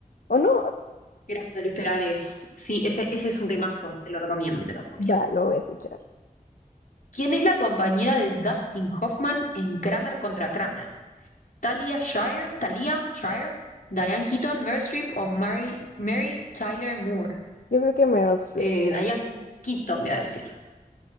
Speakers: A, on the left (about 85°); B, on the left (about 65°).
A: ¿O no?
B: Era José Luis Perales. Sí, ese, ese es un temazo, te lo recomiendo, te
A: <laughs>
B: lo recomiendo.
A: Va, lo voy a escuchar.
B: ¿Quién es la compañera de Dustin Hoffman en Kramer contra Kramer? ¿Talia Shire? ¿Talia Shire? ¿Diane Keaton, Meryl Streep o Mary, Mary Tyler Moore?
A: Yo creo que Meryl Streep.
B: Eh, Diane Keaton, voy a decir.